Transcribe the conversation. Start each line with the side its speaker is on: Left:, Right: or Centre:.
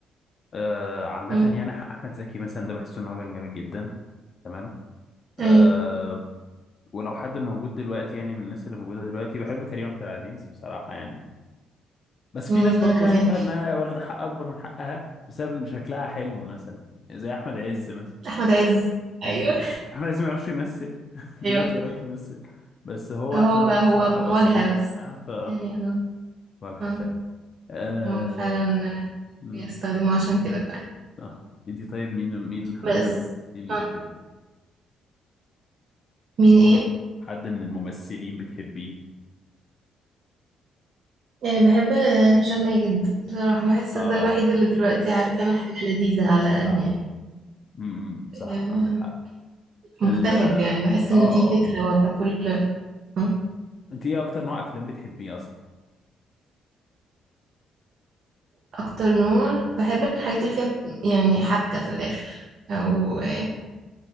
Left: آه عامة
Right: مم.
Left: يعني ح- أحمد زكي مثلا ده بحس إن هو كان جامد جدا تمام آه
Right: ايوه
Left: ولو حد موجود دلوقتي يعني من الناس اللي موجودة دلوقتي بحب كريم عبد العزيز بصراحة يعني بس في
Right: مم،
Left: ناس برضو
Right: انا كمان
Left: بشوفها إنها واخدة حق أكبر من حقها بسبب إن شكلها حلو مثلا زي أحمد عز مثلا
Right: احمد عز
Left: مم.
Right: ايوه
Left: احمد عز ما يعرفش يمثل <laughs> بجد
Right: ايوه
Left: ما يعرفش يمثل بس هو
Right: هو
Left: عشان
Right: هو
Left: بصراحة وسيم
Right: واجهة بس
Left: آه ف
Right: يعني اه
Left: واجهة
Right: اه
Left: فعلا آه...
Right: هو فعلا
Left: مم.
Right: بيستخدموه عشان كده فعلا
Left: آه. انت طيب مين مين حد
Right: بس
Left: من مين
Right: اه
Left: بتحب
Right: مين ايه
Left: حد من الممثلين بتحبيه
Right: آه، بحب هشام ماجد بصراحة بحس
Left: اه
Right: ده الوحيد اللي دلوقتي عارف يعمل حاجة لذيذة على الأقل
Left: صح
Right: يعني
Left: امم صح
Right: آه،
Left: عندك حق
Right: مجتهد
Left: ال
Right: يعني بحس
Left: اه
Right: إن في فكرة ورا كل آه.
Left: انت ايه اكتر نوع افلام بتحبيه اصلا
Right: أكتر نوع بحب الحاجات اللي فيها يعني حبكة في الآخر أو آه،